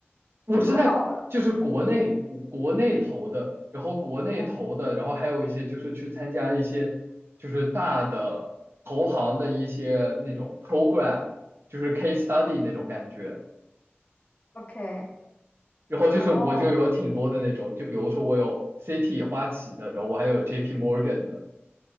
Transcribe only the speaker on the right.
我是在就是国内国内投的，
然后国内投的，
然后还有一些就是去参加一些就是大的投行的一些那种 program，就是 case study 那种感觉。
然后就是我就有挺多的那种，
就比如说我有 CT 花旗的，然后我还有 JP Morgan 的，